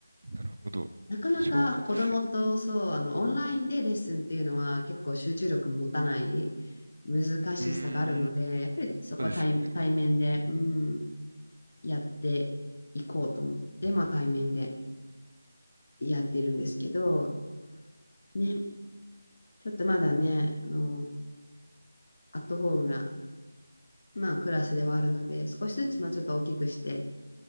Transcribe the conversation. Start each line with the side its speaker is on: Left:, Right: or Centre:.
Right: うん。なるほど。
Left: なかなか子供と、
Right: 小学生。
Left: そう、あの、オンラインでレッスンっていうのは結構集中力も持たない難しさがあるので、
Right: うーん。
Left: やっぱりそこは対、
Right: そうですよね。
Left: 対面で、うん、やっていこうと思って、まあ対面でやっているんですけど、ね、ちょっとまだね、あの、アットホームなまあ、クラスではあるので、少しずつ、まあ、ちょっと大きくして、